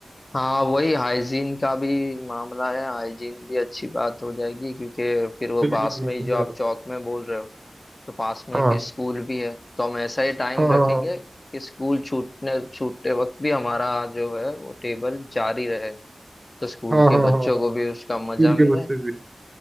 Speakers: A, on the left; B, on the right.
A: हाँ वही हाइजीन का भी मामला है हाइजीन भी अच्छी बात हो जाएगी क्योंकि फिर वो
B: बिल्कुल
A: पास
B: बिल्कुल
A: में ही जो आप
B: यार
A: चौक में बोल रहे हो तो पास में
B: हाँ
A: ही फिर स्कूल भी है तो हम ऐसा ही टाइम
B: हाँ हाँ
A: रखेंगे कि स्कूल छूटने छूटते वक्त भी हमारा जो है वो टेबल जारी रहे तो स्कूल
B: हाँ
A: के
B: हाँ हाँ
A: बच्चों
B: हाँ हाँ
A: को
B: हाँ।
A: भी
B: स्कूल
A: उसका मजा मिले
B: के बच्चे भी